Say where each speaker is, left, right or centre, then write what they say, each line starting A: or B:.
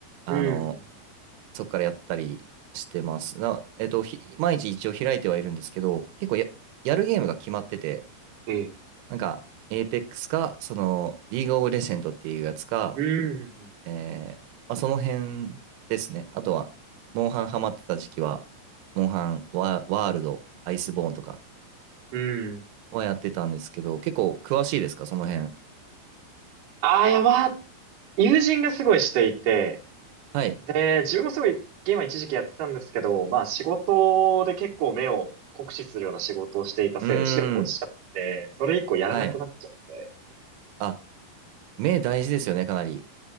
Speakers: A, on the right; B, on the right.
A: あのー
B: うん。
A: そっからやったりしてます。な、えっと、ひ、毎日一応開いてはいるんですけど、結構や、やるゲームが決まってて、
B: ええ。
A: なんか、エーペックスか、その、リーグオブレジェンドっていうやつか、
B: うん。
A: えーまあ、その辺ですね。あとは、モンハンハマってた時期は、モンハンワ、ワールド、アイスボーンとか
B: うん。
A: はやってたんですけど、結構詳しいですか、その辺。
B: ああ、いや、まあ、友人がすごいしていて、
A: はい。
B: で、自分もすごいゲームは一時期やってたんですけど、まあ、仕事で結構目を酷使するような仕事をしていたせいで視力落ちちゃって、
A: うーん。
B: それ以降やらなくなっちゃって。
A: はい。あ、目大事ですよね、かなり。